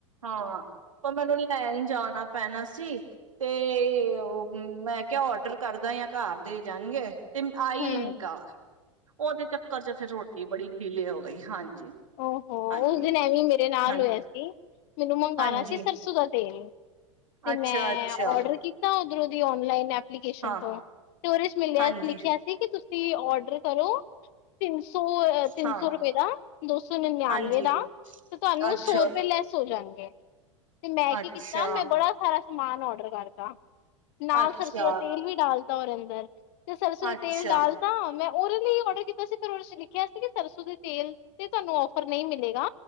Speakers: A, on the right; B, on the left.
A: ਹਾਂ ਪਰ ਮੈਨੂੰ ਲੈਣ ਜਾਣਾ ਪੈਣਾ ਸੀ, ਤੇ ਮੈਂ ਕਿਹਾ ਔਡਰ ਕਰਦਾ ਜਾਂ ਘਰ ਦੇ ਜਾਣਗੇ। ਤੇ ਆਈ
B: ਹਮ
A: ਨੀ ਘਾਰ। ਉਹਦੇ ਚੱਕਰ ਚ ਫਿਰ ਰੋਟੀ ਬੜੀ ਡੀਲੇ ਹੋ ਗਈ, ਹਾਂਜੀ।
B: ਉਹ- ਹੋ
A: ਹਾਂਜੀ
B: ਉਸ ਦਿਨ ਐਵੇਂ ਮੇਰੇ ਨਾਲ
A: ਹਾਂ
B: ਹੋਇਆ ਸੀ। ਮੈਨੂੰ ਮੰਗਾਣਾ
A: ਹਾਂਜੀ
B: ਸੀ ਸਰਸੋ ਦਾ ਤੇਲ ਤੇ
A: ਅੱਛਾ
B: ਮੈਂ
A: ਅੱਛਾ
B: ਆਰਡਰ ਕੀਤੀ ਹਾਂ, ਉਧਰੋਂ ਦੀ ਔਨਲਾਈਨ ਐ ਐਪਲੀਕੇਸ਼ਨ
A: ਹਾਂ
B: ਤੋਂ, ਸਟੋਰੇਜ ਮਿਲਿਆ,
A: ਹਾਂਜੀ
B: ਲਿਖਿਆ ਸੀ ਕਿ ਤੁਸੀਂ ਤੁਸੀਂ ਔਡਰ ਕਰੋ, ਤੇ ਸੌ ਇਹ ਤਿਨ
A: ਹਾਂ
B: ਸੌ ਰੁਪਏ ਦਾ। ਦੋ ਸੌ ਨੀਨਯਨਵੇਂ
A: ਹਾਂਜੀ
B: ਦਾ, ਤੇ ਤੁਹਾਨੂੰ
A: ਅੱਛਾ
B: ਸੌ ਰੁਪਏ ਲੈਸ ਹੋ ਜਾਨ ਚਣਗੇ, ਤੇ ਮੈਂ ਕੀ
A: ਅੱਛਾ
B: ਕੀਤਾ ਮੈਂ ਬੜਾ ਸਾਰਾ, ਸਮਾਨ ਔਡਰ ਕਰਤਾ, ਨਾਲ
A: ਅੱਛਾ
B: ਸਰਸੋਂ ਦਾ ਤੇਲ ਵੀ ਡਾਲ, ਤੋਰ ਅੰਦਰ, ਤੇ ਸਰਸ
A: ਅੱਛਾ
B: ਤੇਲ ਡਾਲ ਤਾ, ਮੈਂ। ਔਡਰ ਹੀ ਉਹਨੇ ਕੀਤਾ ਸੀ ਫਿਰ ਲਿਖਿਆ ਸੀ ਸਰਸੋਂ ਦੇ ਤੇਲ ਤੇ ਤੁਹਾਨੂੰ ਔਫਰ ਨਹੀਂ ਮਿਲੇਗਾ,